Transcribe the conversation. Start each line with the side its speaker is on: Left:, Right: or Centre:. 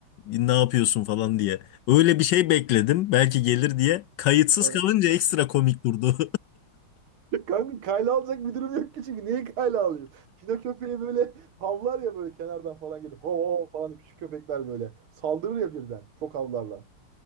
Left: Ne yapıyorsun falan diye. Öyle bir şey bekledim. Belki gelir diye. Kayıtsız
Right: ha.
Left: kalınca ekstra komik durdu.
Right: Kanka kayla alacak bir durum yok ki çünkü. Niye kayla alayım? Pino köpeği böyle havlar ya böyle kenardan falan gelip. Ho ho falan küçük köpekler böyle. Saldırır ya birden. Çok havlarlar.